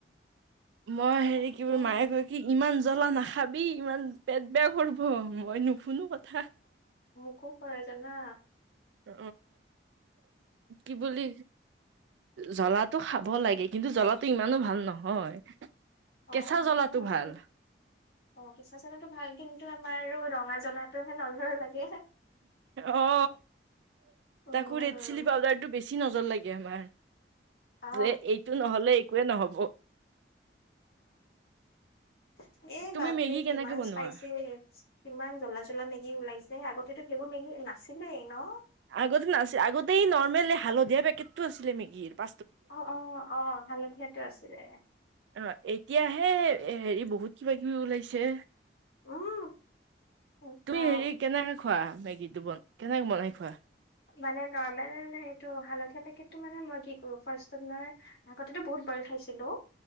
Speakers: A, on the right; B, on the left.
A: মই হেৰি
B: একদম
A: কি বুলিোলো মায়ে কৈ কি ইমান জ্বলা নাখাবি ইমান পেট বেয়া কৰিব মই নুশুনো কথা
B: খ' ক আছ না
A: উ কি বুলি জ্বলাো খাব লাগে কিন্তু জ্বলাটো ইমানো ভাল নহয়
B: অ',
A: কেঁচা
B: সেইটোও
A: জ্বলাটো
B: হয়
A: ভাল
B: কিন্তু অ ফিচা জ্বলাটো ভাল কিন্তু আমাৰ আৰু ৰঙা জ্বলাো হে নজৰ লাগেে
A: অ
B: অ',
A: তাক ৰেড চিলি পাউডাৰ টো বেছি বেছি নজৰ লাগে আমাৰ
B: আহ
A: যে এইটো নহ'লে একোৱে নহব
B: এ
A: তুমি
B: বাপৰে
A: মেগী কেনেকে
B: কিমান
A: বনোৱা
B: স্পাইচি ইমান জ্বলা জ্বলা মেগি ওলাইছে আগতেতো সেইবোৰ মেগী নাছিলেই ন
A: আগতে, না আগতেই নৰ্মেল হালধীয়া পেকটতটো আছিলে মেগীৰ প
B: অ, অ, অ, হালধীয়াটো আছিলে
A: অ', এতিয়াহে হেৰি, বহুত কিবা কিবি ওলাইছে
B: উম, একদম
A: তুমি হেৰি কেনেকে খোৱা, মেগীটো বন কেনেকে বনাই খোৱা
B: মানে নৰ্মেল, এইটো হালধীয়া পেকটটো মানে মই কি কৰো, ফাৰ্ষত মই আগতিতটো বহুত বইল খাইছিলো,